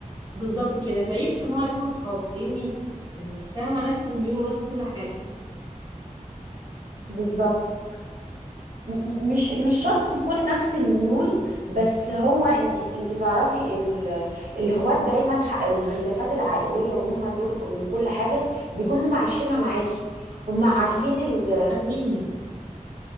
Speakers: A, on the right; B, on the right.
A: بالظبط كده فيمشوا ان هم يكونوا صحاب لاني يعني فاهمه نفس الميول ونفس كل حاجه
B: بالظبط م- م- مش مش شرط يكون نفس الميول بس هو انت انت تعرفي ال... الاخوات دايما ح- الخلافات العائليه وهم دول وكل حاجه بيكونوا هم عايشينها معاكي هم عارفين ال...
A: فاهميني